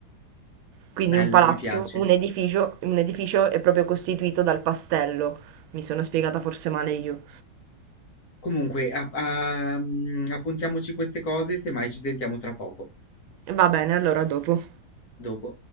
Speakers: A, on the right; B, on the left.
A: quindi
B: Bello,
A: un palazzo,
B: mi piace.
A: un edificio, un edificio è proprio costituito dal pastello, mi sono spiegata forse male io.
B: Comunque, app- a- mm, appuntiamoci queste cose, semmai ci sentiamo tra poco.
A: Va bene, allora dopo.
B: A Dopo.